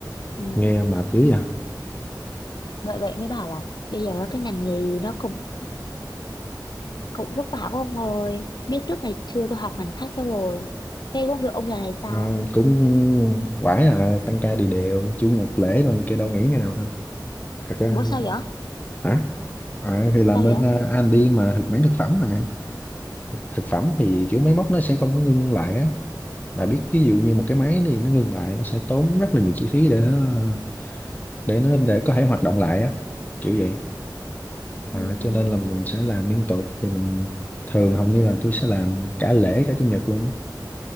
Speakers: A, on the left (about 70°); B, on the left (about 25°).
A: ừ.
B: nghe mệt dữ vậy
A: bởi vậy mới bảo là bây giờ cái ngành nghề nó cũng cũng vất vả quá ông ơi biết trước ngày xưa tôi học ngành khác cho rồi thế công việc ông giờ này sao
B: à, cũng quải à, tăng ca đều đều chủ nhật lễ rồi này kia đâu nghỉ ngày nào đâu thật ra
A: bố sao vậy
B: hả à, thì làm
A: sao
B: bên
A: vậy
B: à, anh đi mà thực mảng thực phẩm mà thực phẩm thì kiểu máy móc nó sẽ không có ngưng lại á bà biết ví dụ như một cái máy thì nó ngưng lại nó sẽ tốn rất là nhiều chi phí để nó để nó để có thể hoạt động lại á kiểu vậy
A: ừ.
B: À, cho nên là mình sẽ làm liên tục thì mình thường hầu như là tôi sẽ làm cả lễ cả chủ nhật luôn á